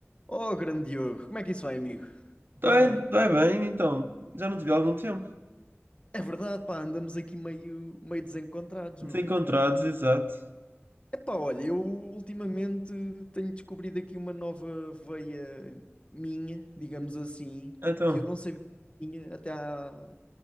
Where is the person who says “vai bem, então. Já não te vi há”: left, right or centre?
Right